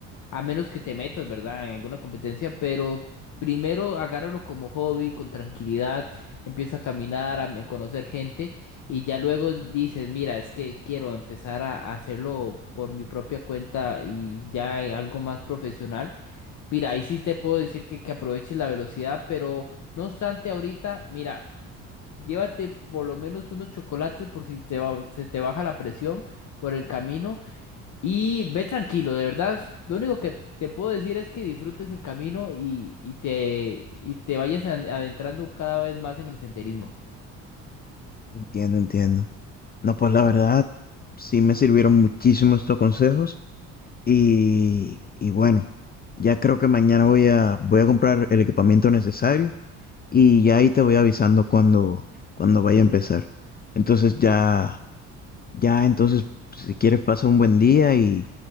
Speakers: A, on the left; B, on the left.
A: A menos que te metas, ¿verdad? En alguna competencia, pero primero agárralo como hobby, con tranquilidad, empieza a caminar, a me- conocer gente y ya luego dices, mira, es que quiero empezar a a hacerlo por mi propia cuenta y ya eh, algo más profesional. Mira, ahí sí te puedo decir que, que aproveches la velocidad, pero no obstante, ahorita, mira, llévate por lo menos unos chocolates por si te ba- se te baja la presión por el camino. Y ve tranquilo, de verdad. Lo único que te puedo decir es que disfrutes el camino y, y te, y te vayas an- adentrando cada vez más en el senderismo.
B: Entiendo, entiendo. No, pues la verdad, sí me sirvieron muchísimo estos consejos y, y bueno, ya creo que mañana voy a, voy a comprar el equipamiento necesario y ya ahí te voy avisando cuando, cuando vaya a empezar. Entonces ya, ya entonces, si quieres pasa un buen día y,